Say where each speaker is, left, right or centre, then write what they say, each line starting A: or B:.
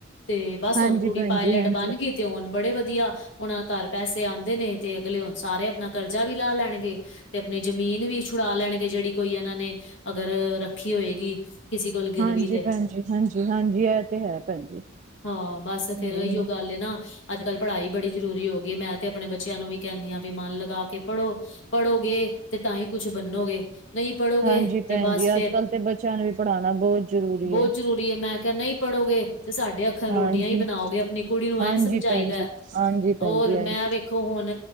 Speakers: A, on the left; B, on the right.
A: ਤੇ ਬਸ
B: ਹਾਂਜੀ
A: ਹੁਣ ਕੁੜੀ
B: ਭੈਣ
A: ਪਾਇਲਟ
B: ਜੀ ਹਾਂਜੀ
A: ਬਣ ਗਈ। ਤੇ ਹੋਣ ਬੜੇ ਵਧੀਆ, ੳਨਾ ਘਰ ਪੈਸੇ ਆਉਂਦੇ ਨੇ ਤੇ ਅਗਲੇ ਹੋਣ ਸਾਰੇ ਆਪਣਾ ਕਰਜ਼ਾ ਵੀ ਲਾ ਲੈਣਗੇ। ਤੇ ਆਪਣੀ ਜ਼ਮੀਨ ਵੀ ਛੁਡਾ ਲੈਣਗੇ, ਜਿਹੜੀ ਕੋਈ ਇਹਨਾਂ ਨੇ ਅਗਰ ਰੱਖੀ ਹੋਏਗੀ। ਕਿਸੇ ਕੋਲ ਗਿਰਵੀ
B: ਹਾਂਜੀ,
A: ਤੇ
B: ਭੈਣਜੀ ਹਾਂਜੀ -ਹਾਂਜੀ, ਇਹ ਤੇ ਹੈ ਭੈਣ ਜੀ।
A: ਹਾਂ ਬਸ ਫੇਰ
B: ਹਮ
A: ਇ ਗੱਲ ਨਾ, ਅੱਜ ਕੱਲ੍ਹ ਪੜ੍ਹਾਈ ਬੜੀ ਜ਼ਰੂਰੀ ਹੋ ਗਈ, ਮੈਂ ਤੇ ਆਪਣੇ ਬੱਚੇ ਬੱਚਿਆਂ ਨੂੰ ਵੀ ਕਹਿੰਦੀ ਹਾਂ, ਵੀ ਮਨ ਲਗਾ ਕੇ ਪੜ੍ਹੋ ਪੜ੍ਹੋਗੇ ਤੇ ਤਾਂ ਹੀ ਕੁਛ ਬੰਨੋਗੇ। ਨਹੀਂ ਪੜ੍ਹੋਗੇ
B: ਹਾਂਜੀ
A: ਤੇ
B: ਭੈਣ
A: ਬਸ
B: ਜੀ
A: ਫੇਰ
B: ਅੱਜ ਕੱਲ੍ਹ ਤੇ ਬੱਚਿਆਂ ਨੂੰ ਵੀ ਪੜ੍ਹਾਉਣਾ ਬਹੁਤ ਜ਼ਰੂਰੀ
A: ਬਹੁਤ ਜ਼ਰੂਰੀ ਹੈ, ਮੈਂ ਕਿਹਾ ਨਹੀਂ ਪੜ੍ਹੋਗੇ। ਤੇ ਸਾਡੇ ਅੱਖਾਂ
B: ਹਾਂਜੀ
A: ਰੋਟੀਆਂ ਹੀ ਬਣਾਓਗੇ, ਆਪਣੀ ਕੁੜੀ ਨੂੰ
B: ਹਾਂਜੀ
A: ਇੰਝ ਸਮਝਾਈਦਾ
B: ਭੈਣ ਜੀ ਹਾਂਜੀ ਭੈਣ
A: ਹੋਰ
B: ਜੀ
A: ਮੈਂ
B: ਹਾਂਜੀ
A: ਵੇਖ। ਵੇਖੋ ਹੁਣ